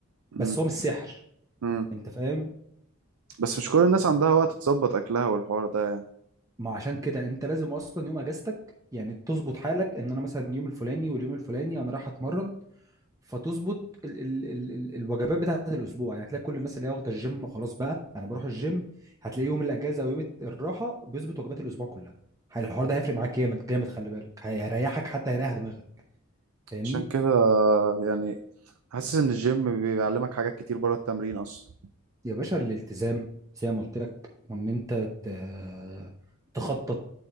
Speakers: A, on the right (about 80°); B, on the right (about 15°).
A: مم.
B: بس هو مش سحر
A: مم.
B: انت فاهم
A: بس مش كل الناس عندها وقت تظبط اكلها والحوار ده يعني
B: ما عشان كده انت لازم اصلا يوم اجازتك يعني تظبط حالك ان انا مثلا يوم الفلاني واليوم الفلاني انا رايح اتمرن فتظبط ال ال ال ال الوجبات بتاعت الاسبوع يعني هتلاقي كل الناس اللي هي واخده الجيم خلاص بقى انا بروح الجيم هتلاقي يوم الاجازه ويوم الراحه بيظبط وجبات الاسبوع كلها الحوار ده هيفرق معاك جامد جامد خلي بالك هيريحك حتى هيريح دماغك فاهمني
A: عشان كده يعني حاسس ان الجيم بيعلمك حاجات كتير بره التمرين اصلا
B: يا باشا الالتزام زي ما قلت لك وان انت ت- تخطط